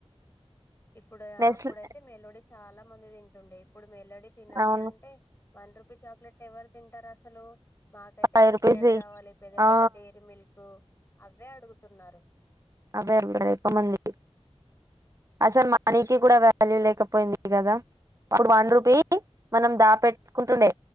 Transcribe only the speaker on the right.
నెస్లే
అవును
ఫైవ్
రూపీస్
ఆ
అదే <unintelligible> మంది అసలు మనీకి కూడా వాల్యూ లేకపోయింది కదా అప్పుడు వన్ రూపీ మనం దా పెట్టుకుంటుండే